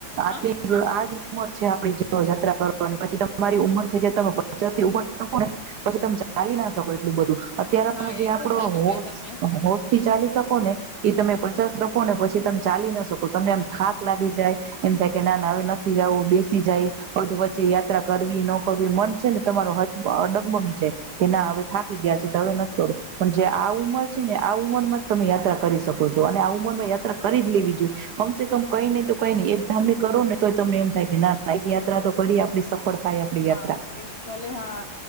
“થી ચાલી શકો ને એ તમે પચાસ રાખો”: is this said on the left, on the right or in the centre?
Right